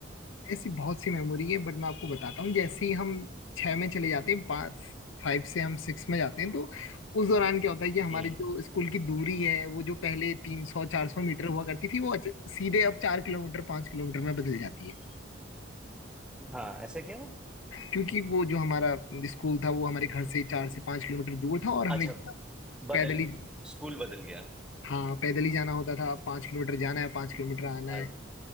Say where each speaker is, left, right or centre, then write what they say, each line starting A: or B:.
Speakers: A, on the left (about 80°); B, in the centre.
A: ऐसी बहुत सी मेमोरी है बट मैं आपको बताता हूँ जैसे ही हम छह में चले जाते हैं पाँच फाइव से हम सिक्स में जाते हैं तो उस दौरान क्या होता है कि हमारे
B: हुँ।
A: जो स्कूल की दूरी है वो जो पहले तीन सौ चार सौ मीटर हुआ करती थी वो अच- सीधे अब चार किलोमीटर पाँच किलोमीटर में बदल जाती है
B: हाँ, ऐसा क्यों?
A: क्योंकि वो जो हमारा स्कूल था वो हमारे घर से चार से पाँच किलोमीटर दूर था और हमें
B: अच्छा,
A: जो
B: बदल
A: पैदल ही
B: स्कूल बदल गया।
A: हाँ पैदल ही जाना होता था अब पाँच किलोमीटर जाना है पाँच किलोमीटर आना
B: अरे
A: है
B: वाह!